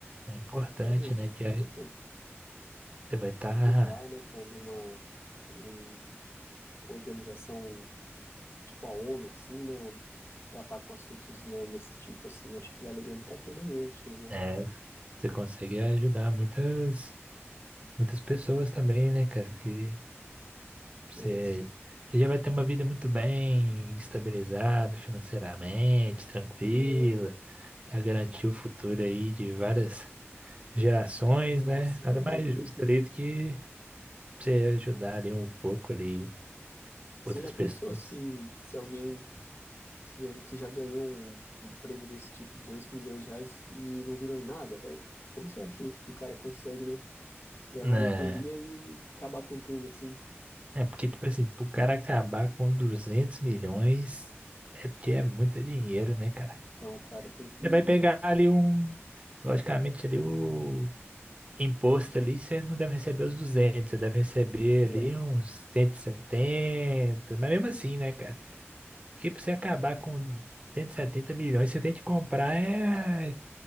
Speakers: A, on the right; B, on the left.
A: É importante,
B: E realmente
A: né? Que
B: importante.
A: aí você vai estar.
B: Se filiar, né, com alguma, alguma organização tipo a ONU, assim, né? Ou tratar com assuntos, né, desse tipo, assim, eu acho que valeria muito a pena mesmo. Seria uma.
A: É, você consegue ajudar muitas, muitas pessoas também, né, cara? Que você,
B: É isso.
A: você já vai ter uma vida muito bem estabilizada financeiramente, tranquila,
B: Né?
A: já garantiu o futuro aí de várias gerações,
B: Nossa,
A: né? Nada
B: é verdade.
A: mais justo ali do que você ajudar ali um pouco ali
B: Você
A: outras
B: já pensou
A: pessoas,
B: se, se alguém que, ganha- que já ganhou um, um prêmio desse tipo, 200 milhões de reais, e não virou em nada, velho? Como será que o cara consegue, né? ganhar
A: né?
B: uma loteria e acabar com tudo, assim.
A: É porque, tipo assim, pro cara acabar com 200 milhões, é porque é muito dinheiro, né, cara?
B: Então o cara tem que.
A: Você vai pegar ali um, logicamente, ali o imposto ali, você não deve receber os duzentos você deve receber
B: É,
A: ali uns cento e setenta mas mesmo assim, né, cara? Porque pra você acabar com 170 milhões, você tem que comprar é,